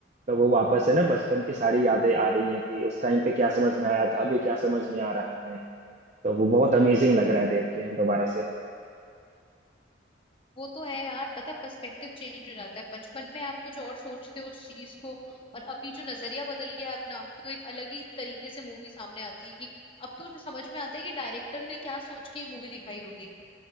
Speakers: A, on the right; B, on the left.
A: तो वो वापस है ना बचपन की सारी यादें आ रही हैं कि उस टाइम पे क्या समझ में आया था अभी क्या समझ में आ रहा है तो वो बहुत अमेजिंग लग रहा है देख के दोबारा से
B: वो तो है यार पता है पर्सपेक्टिव चेंज हो जाता है बचपन में आप कुछ और सोचते हो उस चीज को और अभी जो नजरिया बदल गया है अपना तो एक अलग ही तरीके से मूवी सामने आती है कि अब तो जो समझ में आता है कि डायरेक्टर ने क्या सोच के मूवी दिखाई होगी